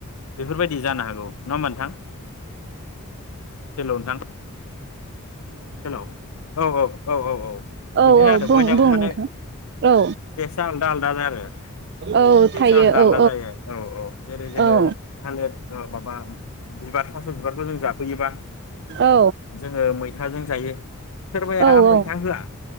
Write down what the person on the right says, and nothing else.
औ
औ
बुं
बुं
नोंथां औ
औ थायो
औ
औ
औ
औ औ